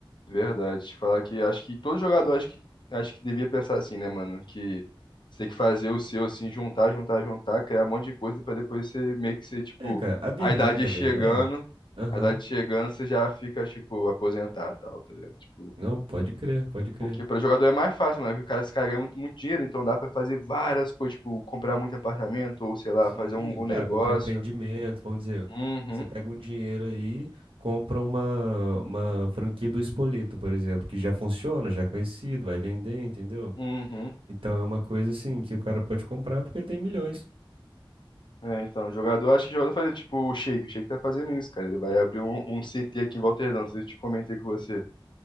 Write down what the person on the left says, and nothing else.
Verdade. Falar que acho que todo jogador acho que acho que devia pensar assim, né, mano? Que você tem que fazer o seu assim, juntar, juntar, juntar, criar um monte de coisa pra depois você meio que ser tipo
a idade
chegando,
a idade chegando, você já fica tipo aposentado, tal, tá ligado? Tipo,
porque pra jogador é mais fácil, mano, porque o cara se cara ganha muito, muito dinheiro, então dá pra fazer várias coisas, tipo comprar muito apartamento ou sei lá,
fazer um, um
negócio.
Uhum.
Uhum.
É, então, jogador, acho que jogador tá fazendo, tipo, o Sheik, o Sheik tá fazendo isso, cara. Ele vai abrir um, um CT aqui em Volterdão, se eu te comentei com você. O